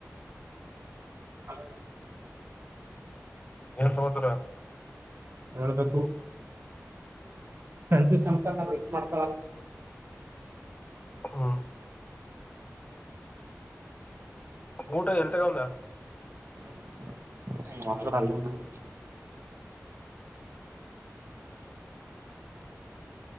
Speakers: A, on the right (about 50°); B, on the left (about 25°).
A: ಹ
B: ಸಮಸರ
A: ಹೇಳ್ಬೇಕು ಸಂತಷ್ಸ ಮಿಸ್ ಮಾಡ್ತ
B: ಹ್ಮ್ ಊಟ ಎಲ್ ತಗಂದ
A: ಮ ಅ